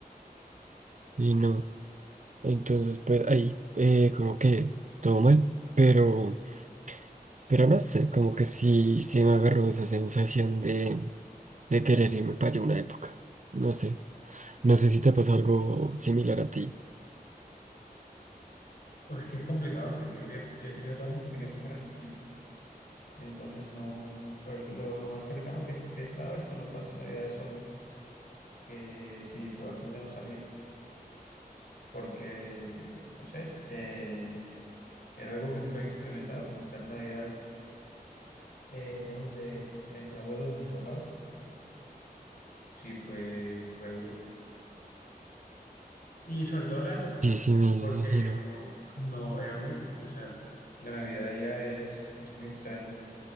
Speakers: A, on the right; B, on the left.
A: sí, no. Entonces, pues ahí, eh, como que todo mal, pero, pero no sé, como que sí, sí me agarró esa sensación de, de querer irme para allá una época. No sé, no sé si te pasó algo similar a ti.
B: Pues es que es complicado porque yo, siem- yo he tenido toda mi familia aquí en Barranquilla. Entonces no, pues lo, lo más cercano que, que estaba es cuando pasé Navidad solo, que sí, fue bastante nostálgico porque, no sé, eh, era algo que nunca había experimentado, como estar Navidad eh, lejos de, de mis abuelos, de mis papás. Sí, fue, fue duro. Y sobre todo en la época,
A: Sí, sí, me imagino.
B: porque no, no era muy distinto. O sea, la Navidad ya es, es muy extraña.